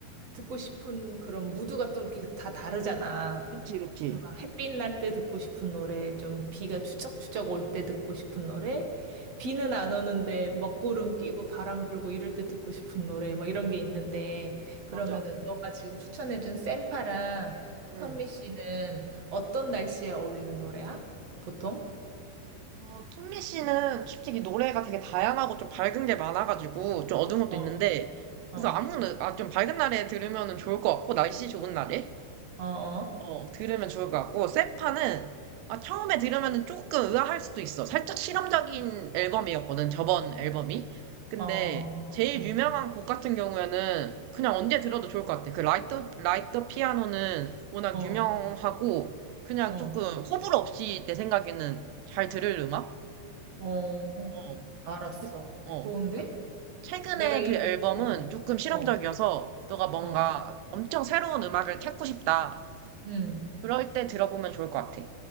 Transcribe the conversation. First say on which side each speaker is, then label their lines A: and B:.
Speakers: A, on the right (about 50°); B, on the right (about 80°).
A: 듣고 싶은 그런 무드가 좀 계속 다 다르잖아.
B: 그치, 그치.
A: 그 막 햇빛 날 때 듣고 싶은 노래, 좀 비가 추적추적 올 때 듣고 싶은 노래, 비는 안 오는데 먹구름 끼고 바람 불고 이럴 때 듣고 싶은 노래, 막 이런 게 있는데, 그러면은
B: 맞아.
A: 너가 지금 추천해준 샘파랑
B: 응.
A: 선미 씨는 어떤 날씨에 어울리는 노래야? 보통?
B: 어, 톰미 씨는 솔직히 노래가 되게 다양하고 좀 밝은 게 많아가지고 좀 어두운 것도
A: 어,
B: 있는데 그래서
A: 어,
B: 아무, 노- 아, 좀 밝은 날에 들으면 좋을 것 같고 날씨 좋은 날에.
A: 어, 어,
B: 어, 들으면 좋을 것 같고, 세파는, 아, 처음에 들으면 조금 의아할 수도 있어. 살짝 실험적인 앨범이었거든, 저번 앨범이. 근데,
A: 어, 어,
B: 제일
A: 응,
B: 유명한 곡 같은 경우에는 그냥 언제 들어도 좋을 것 같아. 그 라이트, 라이트 피아노는 워낙
A: 어,
B: 유명하고, 그냥
A: 어,
B: 조금 호불호 없이 내 생각에는 잘 들을 음악?
A: 어,
B: 어,
A: 알았어.
B: 그- 어.
A: 좋은데?
B: 최근에
A: 내가 이,
B: 그 앨범은
A: 어,
B: 조금 실험적이어서,
A: 어,
B: 너가 뭔가
A: 어,
B: 엄청 새로운 음악을 찾고 싶다.
A: 응.
B: 그럴 때 들어보면 좋을 것 같아.